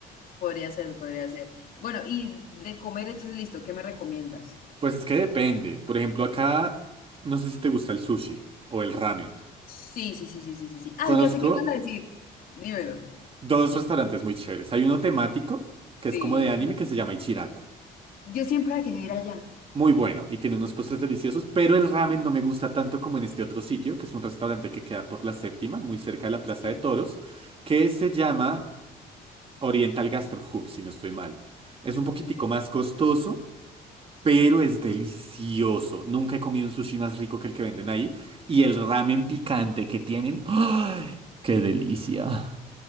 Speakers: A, on the left (about 55°); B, on the right (about 35°).
A: Podría ser, podría ser. Bueno, y de comer, entonces listo, ¿qué me recomiendas?
B: Pues es que depende. Por ejemplo, acá no sé si te gusta el sushi o el ramen.
A: Sí, sí, sí, sí, sí, sí, sí. Ay,
B: Conozco
A: ya sé qué me vas a decir. Dímelo.
B: dos restaurantes muy chéveres. Hay uno temático, que
A: Sí.
B: es como de anime, que se llama Ichiraku.
A: Yo siempre quería ir allá.
B: Muy bueno y tiene unos postres deliciosos, pero el ramen no me gusta tanto como en este otro sitio, que es un restaurante que queda por la séptima, muy cerca de la Plaza
A: Sí,
B: de Toros, que se llama Oriental Gastro Hub, si no estoy mal. Es
A: Mm,
B: un poquitico
A: ni idea.
B: más costoso. pero es delicioso. Nunca he comido un sushi más rico que el que venden ahí. Y el ramen picante que tienen. ¡Ay! ¡Qué delicia!